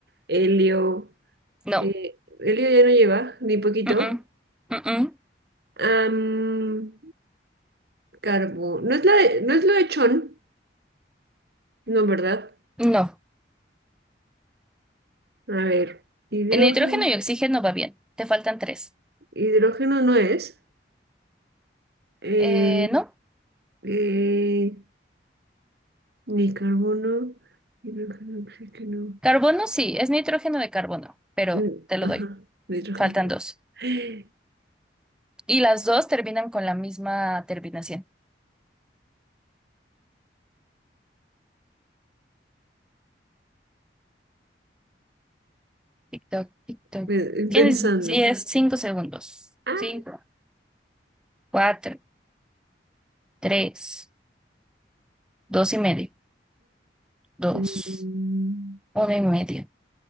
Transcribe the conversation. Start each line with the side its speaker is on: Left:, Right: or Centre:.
Right: helio,
Centre: No.
Right: eh, helio ya no lleva, ni poquito.
Centre: Mm-mm. Mm-mm.
Right: Am, carbo, no es la de- no es lo de chon, no, ¿verdad?
Centre: No,
Right: A ver, hidrógeno,
Centre: nitrógeno y oxígeno va bien, te faltan tres.
Right: hidrógeno no es. Eh,
Centre: Eh, no,
Right: eh, Ni carbono, hidrógeno, oxígeno.
Centre: carbono sí, es nitrógeno de carbono, pero
Right: mm,
Centre: te lo
Right: Ajá,
Centre: doy,
Right: hidrógeno.
Centre: faltan dos.
Right: <gasps>
Centre: Y las dos terminan con la misma terminación. Tic-toc, tic-toc.
Right: Pe-
Centre: Tienes
Right: Pensando.
Centre: diez, cinco segundos.
Right: Ah,
Centre: Cinco, cuatro, tres, dos y medio, dos,
Right: mm,
Centre: uno y medio,